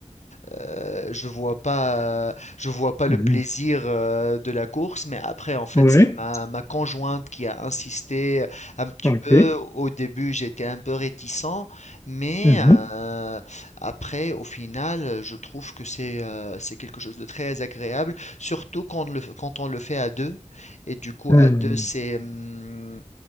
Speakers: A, on the left; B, on the left.
A: Heu, je vois pas, je vois pas le
B: mhm.
A: plaisir, heu, de la course, mais après en fait,
B: Ouais.
A: c'est ma ma conjointe qui a insisté, un petit
B: OK.
A: peu. Au début, j'étais un peu réticent, mais,
B: Mhm,
A: heu, après au final, je trouve que c'est, heu, c'est quelque chose de très agréable, surtout quand le quand on le fait à deux et du coup
B: mhm.
A: à 2 c'est, mmh,